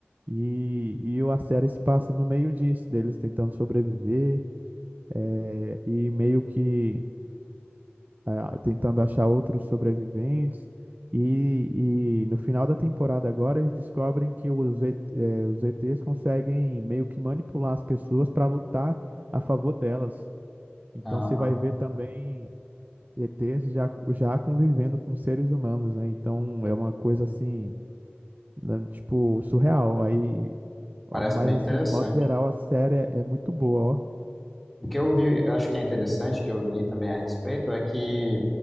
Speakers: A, on the right (about 40°); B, in the centre.
A: e, e a série se passa no meio disso, deles tentando sobreviver é, e meio que ah, tentando achar outros sobreviventes. E, e no final da temporada agora eles descobrem que os, E- eh, os ETs conseguem meio que manipular as pessoas para lutar a favor delas. Então
B: Ah,
A: você vai ver também ETs já, já convivendo com seres humanos, né? Então é uma coisa assim, né, tipo, surreal. Aí, ó,
B: parece
A: mas
B: bem
A: assim,
B: interessante.
A: de modo geral, a série é, é muito boa, ó.
B: O que eu vi, eu acho que é interessante, que eu li também a respeito, é que